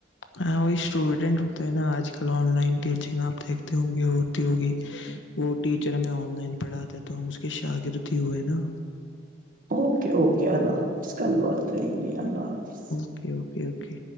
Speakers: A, on the left (about 75°); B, on the right (about 50°).
A: ہاں وہی اسٹوڈینٹ ہوتے ہیں نا آج کل آن لائن ٹیچنگ آپ دیکھتے ہوں گے ہوتی ہوگی وہ ٹیچر ہمیں آن لائن پڑھاتے تو ہم اس کے شاگرد ہی ہوئے نا
B: اوکے اوکے اللہ حافظ کل بات کریں گے اللہ حافظ
A: اوکے اوکے اوکے